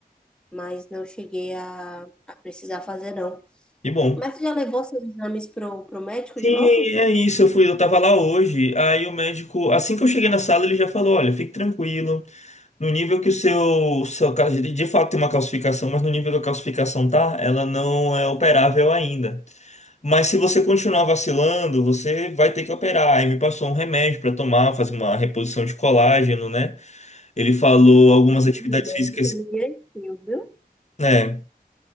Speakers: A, in the centre; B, on the left.
A: Mas não cheguei a, a precisar fazer, não.
B: que bom.
A: Mas você já levou seus exames pro, pro médico
B: Sim,
A: de novo?
B: é isso. Eu fui, eu tava lá hoje. Aí o médico, assim que eu cheguei na sala, ele já falou: olha, fique tranquilo. No nível que o seu, seu cal- de de fato tem uma calcificação, mas no nível que a calcificação tá, ela não é operável ainda. Mas se você continuar vacilando, você vai ter que operar. Aí me passou um remédio para tomar, fazer uma reposição de colágeno, né? Ele falou algumas
A: O
B: atividades
A: remédio
B: físicas,
A: foi direitinho, viu?
B: né?